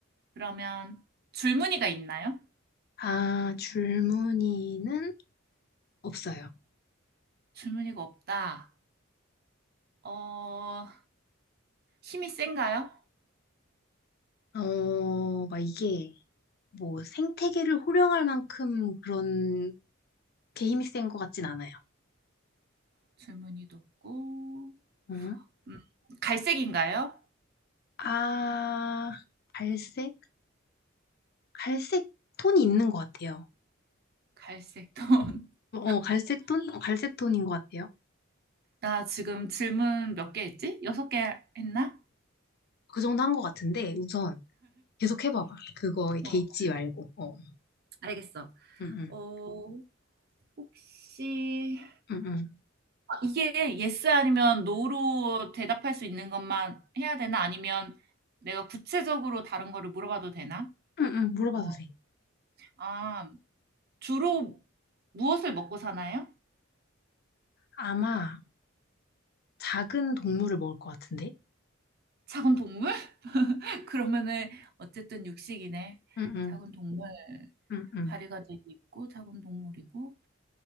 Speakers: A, on the right (about 50°); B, on the left (about 50°).
A: 그러면 줄무늬가 있나요?
B: 아, 줄무늬는 없어요.
A: 줄무늬가 없다. 어, 힘이 센가요?
B: 어, 막 이게 뭐 생태계를 호령할 만큼 그런 게 힘이 센 것 같진 않아요.
A: 줄무늬도 없고.
B: 응?
A: 음, 갈색인가요?
B: 아, 갈색? 갈색 톤이 있는 것 같아요.
A: 갈색도. <laughs>
B: 어, 갈색 톤? 어, 갈색 톤인 것 같아요.
A: 나 지금 질문 몇 개 했지? 여섯 개 했나?
B: 그 정도 한 것 같은데, 우선 계속 해봐봐. 그거에 개의치
A: 어.
B: 말고. 어,
A: 알겠어.
B: 응, 응,
A: 어, 혹시
B: 응, 응,
A: 이게 yes 아니면 no로 대답할 수 있는 것만 해야 되나? 아니면 내가 구체적으로 다른 거를 물어봐도 되나?
B: 응, 응, 물어봐도
A: 뭐,
B: 돼.
A: 아, 주로 무엇을 먹고 사나요?
B: 아마 작은 동물을 먹을 것 같은데?
A: 작은 동물? <laughs> 그러면은 어쨌든 육식이네.
B: 응, 응,
A: 작은 동물.
B: 응, 응.
A: 다리가 되게 있고 작은 동물이고.